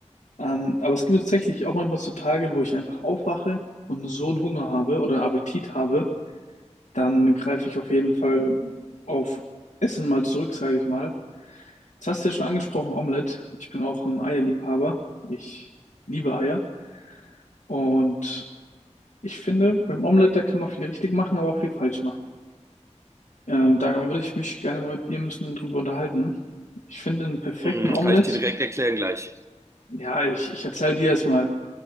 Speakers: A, on the left (about 80°); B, on the right (about 25°).
A: Ähm, aber es gibt tatsächlich auch manchmal so Tage, wo ich einfach aufwache und so einen Hunger habe oder Appetit habe, dann greife ich auf jeden Fall auf Essen mal zurück, sage ich mal. Jetzt hast du ja schon angesprochen, Omelette. Ich bin auch ein Eierliebhaber. Ich liebe Eier. Und ich finde, beim Omelette, da kann man viel richtig machen, aber auch viel falsch machen. Ähm, da würde ich mich gerne mal mit dir ein bisschen drüber unterhalten. Ich finde einen perfekten
B: Mhm,
A: Omelette.
B: kann ich dir direkt erklären gleich.
A: Ja, ich, ich erzähle dir erstmal.